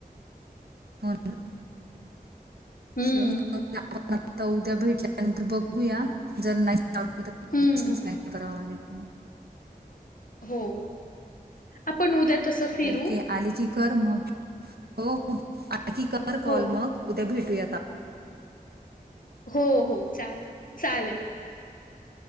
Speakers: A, on the right (about 85°); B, on the left (about 60°).
A: होन.
B: हम्म.
A: चल आपण आता उद्या भेटल्यानंतर बघूया जर नाहीच आवडलं तर
B: हम्म.
A: दुसराच प्लॅन करावा लागेल मग.
B: हो. आपण उद्या तसं फिरू.
A: ओके आली की कर मग हो हो आणखी कर कॉल
B: हो
A: मग उद्या भेटूया आ.
B: हो हो चालेल चालेल.